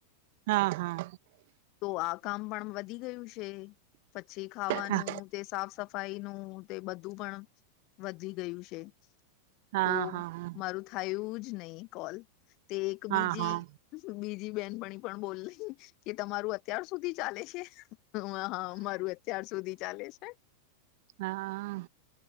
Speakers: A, on the right; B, on the left.
A: હા હા.
B: તો આ કામ પણ વધી ગયું છે. પછી ખાવાનું
A: હા
B: તે સાફ સફાઈ નું તે બધ તું પણ વધી ગયું છે,
A: હા
B: તો
A: હા
B: મારું થયું જ નહી કોલ તે એકબીજી
A: હા હા
B: બીજી બેનપણી પણ બોલે કે તમારું અત્યાર સુધી ચાલે છે? હ હા, મારું અત્યાર સુધી ચાલે છે.
A: હા,